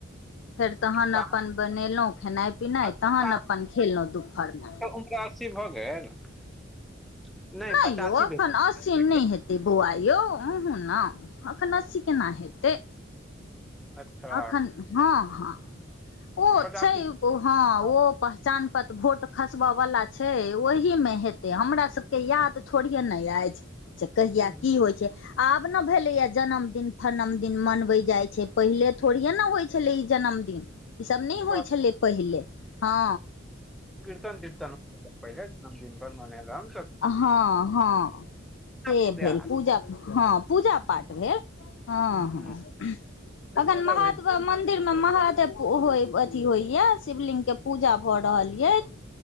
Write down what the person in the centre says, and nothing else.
तऽ
अस्सी
पार
भऽ गेल,
<inaudible> <inaudible>
पचासी
भए
गेल
अच्छा
पचासी
भऽ गेल।
हम्म,
बात
तऽ सही।
कीर्तन तीर्तन पहिले जन्मदिन पर मने रह
इतना
फुलिया
ह
से सब
होइ